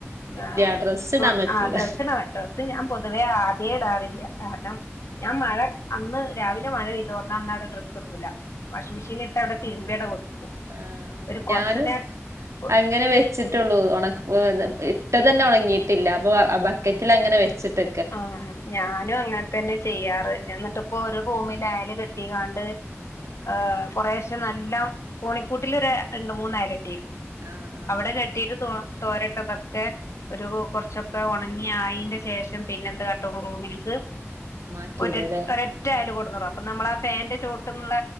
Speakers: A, on the left; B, on the right.
A: എന്താ
B: ഇല്ല ഡ്രസ്സ് ഇടാൻ പറ്റൂല
A: ആ ഡ്രസ്സ് <unintelligible> ഡ്രസ്സ് ഞാൻ പൊതുവേ ആദ്യെ ഇടാറില്ല കാരണം ഞാൻ മഴ അന്ന് രാവിലെ മഴ പെയ്തോ ന്നാ അന്നവ്ടെ ഡ്രസ് ഇടൂല വാഷിംഗ് മെഷീൻല് ട്ട അവ്ടെ തിര്മ്പി അവ്ടെ വെക്കും
B: ആ ആ
A: ഒരു
B: ഞാനും
A: കൊറച്ചു നേരം
B: അങ്ങനെ വെച്ചിട്ടെള്ളൂ ഒണ ഇട്ടതന്നെ ഒണങ്ങിയിട്ടില്ല അപ്പൊ ബക്കറ്റിലങ്ങനെ വെച്ചിട്ട്
A: ആ ഞാനു അങ്ങൻ തന്നെ ചെയ്യാറ് ഞാൻ ന്നട്ട് ഇപ്പോ ഒരു റൂമില് അയല് കെട്ടികാണ്ട് ഏ
B: ആഹ്
A: കൊറെഷേ നല്ലം കോണിക്കൂട്ടിലൊരു രണ്ട് മൂന്ന് അയല് കെട്ടീക്ണ്
B: ആ അ
A: അവിടെ കെട്ടിയിട്ട് തോ തോരട്ടതൊക്കെ ഒരു കൊർച്ചൊക്കെ ഒണങ്ങിആയിന്റെ ശേഷം പിന്നെ എന്ത് കാട്ടും റൂമിൽക്ക്
B: മാറ്റിയിടൂല്ലേ
A: ഒര ഒരൊറ്റ അയല്
B: ആഹ്
A: കൊടുന്ന്ടും അപ്പ നമ്മള ആ ഫാന്റെ ചോട്ട്ന്ന്ള്ള